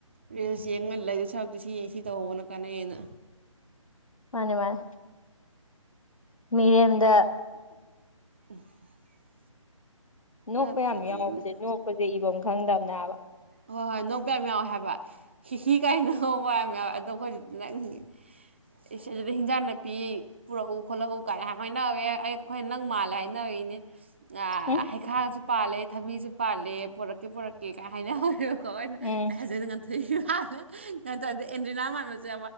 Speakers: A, on the right (about 20°); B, on the left (about 75°).
A: ꯔꯤꯜꯁ ꯌꯦꯡꯉ ꯂꯩꯗꯣꯏ ꯁꯔꯨꯛꯇꯤ ꯁꯤ ꯌꯦꯡ ꯁꯤ ꯇꯧꯍꯧꯕꯅ ꯀꯥꯟꯅꯩ ꯌꯦꯅ
B: ꯃꯥꯅꯦ ꯃꯥꯅꯦ ꯃꯤꯔꯦꯝꯗ
A: <inaudible>
B: ꯅꯣꯛꯄ
A: ꯅꯠꯇ꯭ꯔꯗꯤ
B: ꯌꯥꯝ ꯌꯥꯎꯕꯁꯦ ꯅꯣꯛꯄꯁꯦ ꯏꯕꯝ ꯈꯪꯗꯝꯕꯅꯦꯕ
A: ꯍꯣꯏ ꯍꯣꯏ ꯅꯣꯛꯄ ꯌꯥꯝ ꯌꯥꯎꯋꯦ ꯍꯥꯏꯕ ꯍꯤꯍꯤ ꯀꯥꯏꯅ ꯅꫭꯛꯄ ꯋꯥꯅꯤꯗ ꯑꯗꯣ ꯑꯩꯈꯣꯏꯗꯤ ꯅꯪ ꯑꯁꯤꯁꯤꯗ ꯍꯤꯟꯖꯥꯡ ꯅꯥꯄꯤ ꯄꯨꯔꯛꯎ ꯈꯣꯠꯂꯛꯎ ꯀꯥꯏꯅ ꯍꯥꯏꯅꯧꯋꯦ ꯑꯩ ꯑꯩꯈꯣꯏ ꯅꯪ ꯃꯥꯜꯂꯦ ꯍꯥꯏꯅ ꯏꯅꯦ ꯑ
B: ꯎꯝ
A: ꯍꯩꯈꯥ ꯄꯥꯜꯂꯦ ꯊꯕꯤꯁꯨ ꯄꯥꯜꯂꯦ ꯄꯣꯔꯛꯀꯦ ꯄꯣꯔꯛꯀꯦ ꯀꯥꯏ ꯍꯥꯏꯅ ꯀꯋꯥꯏꯅ
B: ꯎꯝ
A: ꯑꯩ ꯍꯥꯏꯖꯣꯏꯅ ꯉꯥꯟ ꯊꯣꯏꯏ ꯅꯠꯇ꯭ꯔꯗꯤ ꯑꯦꯟꯗ꯭ꯔꯤꯅꯥ ꯃꯥꯟꯕꯁꯦ